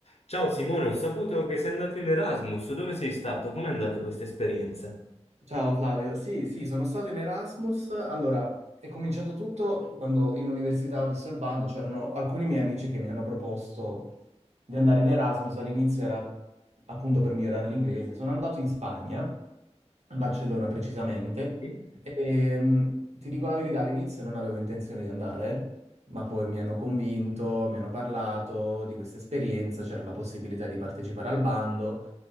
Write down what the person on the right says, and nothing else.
Ciao Flavio, sì, sì, sono stato in Erasmus. Allora, è cominciato tutto quando in università, ho visto il bando, c'erano alcuni miei amici che mi hanno proposto di andare in Erasmus. All'inizio era appunto per migliorare l'inglese. Sono andato in Spagna, a Barcellona precisamente,
e mh, ti dico la verità, all'inizio non avevo intenzione di andare, ma poi mi hanno convinto, mi hanno parlato di questa esperienza, c'era la possibilità di partecipare al bando